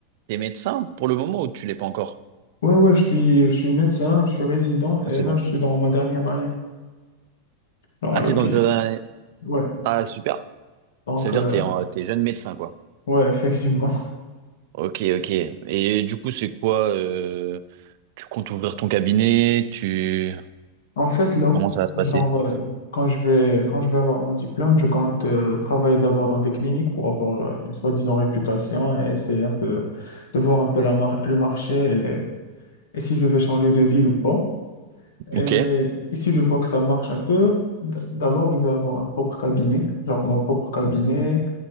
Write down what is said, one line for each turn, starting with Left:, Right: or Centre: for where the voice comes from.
Right: t'es médecin pour le moment ou tu l'es pas encore?
Left: ouais, ouais, je suis, je suis médecin, je suis résident et
Right: Ah, c'est
Left: là,
Right: bon.
Left: je suis dans ma dernière année, genre
Right: Ah,
Left: à l'hôpital.
Right: t'es dans ta-
Left: Ouais,
Right: Ah, super.
Left: donc,
Right: Ça veut dire
Left: euh,
Right: que t'es en... t'es jeune médecin, quoi.
Left: ouais, <laughs> effectivement.
Right: Ok, ok. Et du coup, c'est quoi euh, Tu comptes ouvrir ton cabinet? Tu...
Left: En fait, là,
Right: Comment ça va se passer?
Left: genre, euh, quand je vais, quand je vais avoir mon diplôme, je compte euh, travailler d'abord dans des cliniques pour avoir euh, une soi-disant réputation et essayer un peu de voir un peu la mar- le marché et, les- et si je vais changer de ville ou pas. Et,
Right: Ok,
Left: et si je vois que ça marche un peu, d- d'abord, je vais avoir un propre cabinet, genre mon propre cabinet.